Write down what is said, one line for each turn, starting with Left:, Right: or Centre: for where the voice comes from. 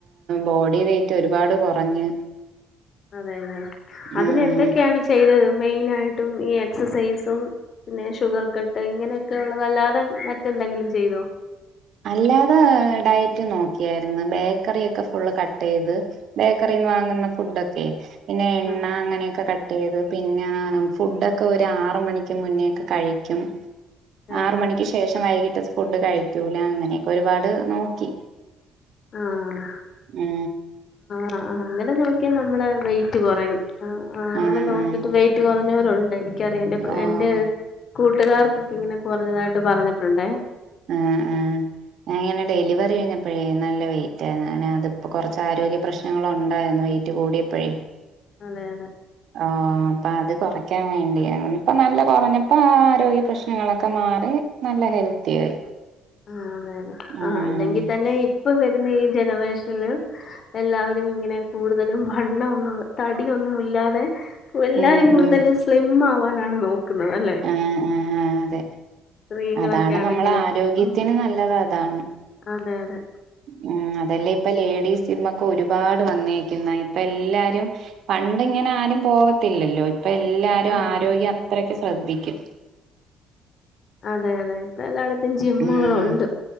Right: ബോഡി വെയ്റ്റ് ഒരുപാട് കൊറഞ്ഞ്
Left: അതെല്ലേ
Right: ഉം
Left: അതിനെന്തെക്കെയാണ് ചെയ്തത് മെയിൻ ആയിട്ടും ഈ എക്സസൈസും പിന്നെ ഷുഗർ കട്ട് ഇങ്ങനെ ത്തെ ക്കെള്ള ല്ലാതെ മറ്റെന്തെങ്കിലും ചെയ്തോ
Right: അല്ലാതെ ഡയറ്റ് നോക്കിയായിരുന്നു ബേക്കറിയൊക്കെ ഫുള്ള് കട്ട് ചെയ്ത് ബേക്കറിന്ന് വാങ്ങുന്ന ഫുഡൊക്കെയെ പിന്നെ എണ്ണ
Left: ആഹ്
Right: അങ്ങനെയൊക്കെ കട്ട് ട്ടെയ്ത് പിന്നാ ഫുഡൊക്കെ ഒരു ആറ് മണിക്ക് മുന്നേക്കെ കഴിക്കും.
Left: കഴിക്കും
Right: ആറ് മണിക്ക് ശേഷം വൈകിട്ട് ഫുഡ് കഴിക്കൂല അങ്ങനെ ഒരുപാട് നോക്കി
Left: ആഹ്
Right: ഉ
Left: ആഹ് അ അങ്ങനെ നോക്കിയാൽ നമ്മടെ വെയിറ്റ് കുറയും. ആഹ് അ അങ്ങനെ
Right: ആഹ്
Left: നോക്കിട്ട്
Right: ആഹ്
Left: വെയിറ്റ് കുറഞ്ഞവരുണ്ട് എനിക്കറിയാം എന്റെ
Right: ആഹ്
Left: എന്റെ കൂ ട്ടുകാർക്കൊക്കെ ഇങ്ങനെ കുറഞ്ഞതായിട്ട് പറഞ്ഞിട്ടുണ്ടെ
Right: ആഹ് ആഹ് ആ എന്റെ ഡെലിവറി കഴിഞ്ഞപ്പൊ ഴേ നല്ല വെയിറ്റ് ആരുന്നു അങ്ങനെ അതിപ്പൊ കൊറച്ച് ആരോഗ്യ പ്രശ്നങ്ങള് ഒണ്ടായിരുന്നു വെയി റ്റ് കൂടിയപ്പോഴേ
Left: അതെ അതെ
Right: ഓ അപ്പൊ അത് കുറക്കാൻ വേണ്ടിയാരുന്നു ഇപ്പൊ നല്ല കൊ റഞ്ഞപ്പൊ ആ ആരോഗ്യ പ്രശ്നങ്ങളൊക്കെ മാറി നല്ല ഹെൽത്തി ആയി
Left: ആഅങ്ങനെ അതെതെ
Right: ഉം
Left: ആഹ് അല്ലെങ്കിൽ തന്നെ ഇപ്പൊ വരുന്ന ഈ ജനറേഷനില് എല്ലാവരും ഇങ്ങനെ കൂടുതലും വണ്ണം ഒന്നും തടിയൊന്നുമില്ലാതെ. എല്ലാരും
Right: ഉം
Left: കൂടുതലും
Right: ഉം
Left: സ്ലിം ആവാനാണ് നോക്കുന്നത് അല്ലേ.
Right: ആഹ് ആഹ് അതെ
Left: സ്ത്രീകളൊക്കെ
Right: അതാണ്
Left: ആണെങ്കിലും
Right: നമ്മളെ ആരോഗ്യത്തിന്
Left: ഉം
Right: നല്ലത് അതാണ്.
Left: അതെ അതെ
Right: ഉം അതല്ലേ ഇപ്പൊ ലേഡീസ് ജിമ്മൊക്കെ ഒരുപാട് വന്നേക്കുന്നേ ഇപ്പ എല്ലാരും പണ്ട് ഇങ്ങനെ ആരും പോകത്തില്ലല്ലോ ഇപ്പൊ എല്ലാരും
Left: അതെ
Right: ആരോഗ്യം
Left: അതെ
Right: അത്രക്കും ശ്രദ്ധിക്കും.
Left: അതെ അതെ ഇപ്പ എല്ലായിടത്തും ജിമ്മുകളുണ്ട്
Right: ഉം